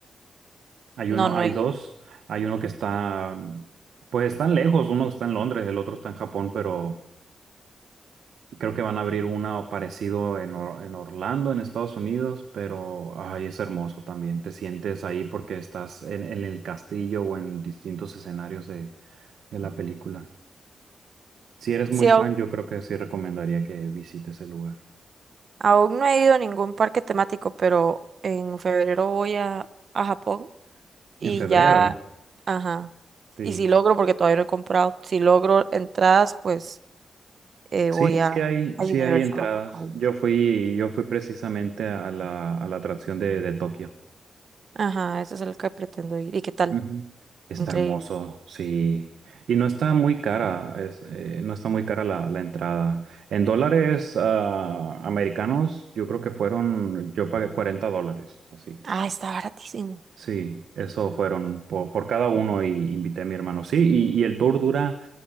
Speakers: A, on the right; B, on the right.
A: Hay
B: No,
A: uno,
B: no
A: hay
B: he
A: dos.
B: ido.
A: Hay uno que está, pues están lejos, uno está en Londres, el otro está en Japón, pero Creo que van a abrir una o parecido en, Or- en Orlando, en Estados Unidos, pero ay, es hermoso también. Te sientes ahí porque estás en, en el castillo o en distintos escenarios de, de la película. Si eres muy
B: Sí,
A: fan, yo creo que sí recomendaría que visites el lugar.
B: Aún no he ido a ningún parque temático, pero en febrero voy a, a Japón y
A: En febrero,
B: ya, ajá.
A: sí.
B: Y si logro, porque todavía no he comprado, si logro entradas, pues eh,
A: Sí,
B: voy
A: sí
B: a,
A: hay,
B: a
A: sí
B: Universal.
A: hay entradas.
B: a Japón.
A: Yo fui, yo fui precisamente a la, a la atracción de, de Tokio.
B: Ajá, ese es el que pretendo ir. ¿Y qué tal?
A: Ujú. Está
B: Increíble.
A: hermoso, sí. Y no está muy cara, es, eh, no está muy cara la, la entrada. En dólares ah, americanos, yo creo que fueron, yo pagué 40 dólares, así.
B: Ah, está baratísimo.
A: Sí, eso fueron po- por, cada uno y invité a mi hermano. Sí, y, y el tour dura